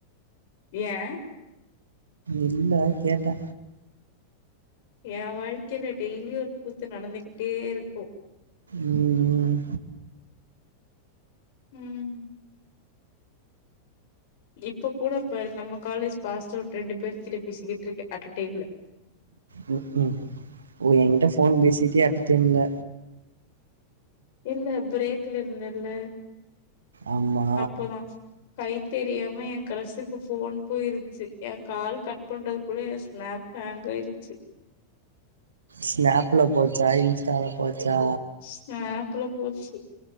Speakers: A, on the left (about 50°); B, on the right (about 70°).
A: யே
B: இல்ல கேட்டே
A: எ வாழ்க்கையில டெய்லியு ஒரு கூத்து நடந்துகிட்டே இருக்கு
B: ம் ம்
A: ம் இப்பக்கூட பாரு நம்ம காலேஜ் பாஸ்டவுட் ரெண்டு பேர் கிட்ட பேசிக்கிட்ருக்கே அட்டடைம்ல
B: ம்க்ம் எங்கிட்ட ஃபோன் பேசிட்டே அட்ட டைம்ல
A: இல்ல பிரேக்ல இருந்தல்ல
B: ஆமா
A: அப்போதா கை தெரியாம என் க்ரசுக்கு ஃபோன் போயிருச்சு எ கால் கட் பண்றது க்குள்ளயே ஸ்நாப் ஹாங்காய்டுச்சு
B: ஸ்நாப்ல போச்சா இன்ஸ்டால போச்சா
A: ஸ்நாப்ல போச்சு